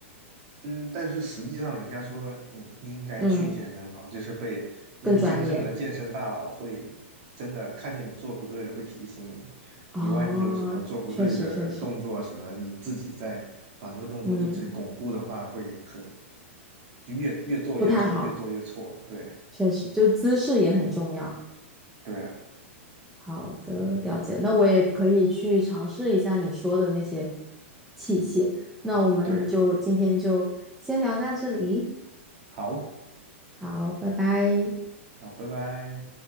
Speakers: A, on the right; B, in the centre.
A: 嗯，但是实际上，人家说你应该去健身房，
B: 嗯，
A: 就是被，因为真正的健身大佬会真的看见你做不对了，
B: 更专业。
A: 会提醒你，
B: 哦，
A: 你万一有什么做不对的动作什么，
B: 确实确实，
A: 你自己再把这个动作一直巩固的话，
B: 嗯，
A: 会很，就越越做越错，
B: 不太好，
A: 越做越错。对，
B: 确实，就姿势也很重要。
A: 对啊，
B: 好的，了解。那我也可以去尝试一下你说的那些器械。那我们就今天就先聊到这里，
A: 对，好，
B: 好，拜拜。
A: 好，拜拜。